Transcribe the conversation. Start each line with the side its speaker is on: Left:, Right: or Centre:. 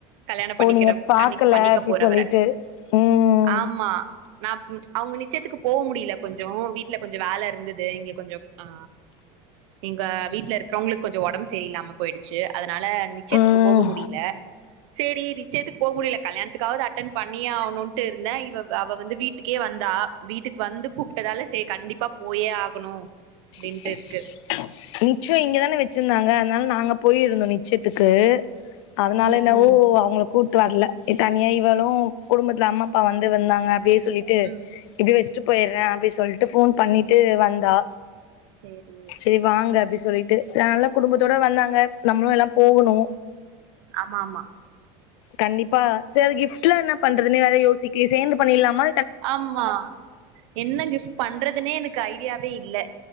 Right: கல்யாண
Left: ஓ
Right: பண்ணிக்கிர
Left: நீங்க பாக்கல
Right: கண்ணிக் பண்ணிக்கப்
Left: அப்டி
Right: போறவர
Left: சொல்லிட்டு ம்
Right: ஆமா நா ம் அவுங்க நிச்சயத்துக்கு போ முடியல கொஞ்சோ வீட்ல கொஞ்ச வேல இருந்தது இங்க கொஞ்சோ ஆ இங்க வீட்ல இருக்றவங்களுக்கு கொஞ்சோ ஒடம்பு செரியில்லாம போயிடுச்சு அதனால நிச்சயத்துக்கு
Left: ம்
Right: போக முடியல செரி நிச்சத்துக்கு போ முடியல கல்யாணத்துக்காது அட்டன் பண்ணியே ஆவணுன்ட்டு இருந்தே இவ அவ வந்து வீட் டுக்கே வந்தா வீட்டுக்கு வந்து கூப்ட்டதாலே செரி கண்டிப்பா போயே ஆகணு அப்டின்ட்டு
Left: <inaudible>
Right: இருக்கு
Left: நிச்சய இங்கதானே வச்சிருந்தாங்க அதனால நாங்க போயிருந்தோ நிச்சயத்துக்கு அதனால
Right: ம்
Left: என்னாவோ
Right: ம்
Left: அவுங்கள கூப் ட்டு வர்ல தனியா இவளு குடும்பத்துல அம்மா அப்பா வந்து வந்தாங்க அப்டியே சொல்லிட்டு
Right: ம்
Left: இப்டி வச்சிட்டு போயிற அப்டி சொல்லிட்டு ஃபோன் பண்ணிட்டு வந்தா
Right: சேரி
Left: செரி வாங்க அப்டி சொல்லிட்டு நல்ல குடும்பத்தோட வந்தாங்க நம்மளு எல்லா போகணு
Right: ஆமா ஆமா
Left: கண்டிப்பா செரி கிஃப்ட்ல்லா என்ன பண்றதுன்னே வேற யோசிக்லே சேந்து பண்ணிலாமா
Right: ஆமா என்ன கிஃப்ட் பண்றதுனே எனக்கு ஐடியாவே இல்ல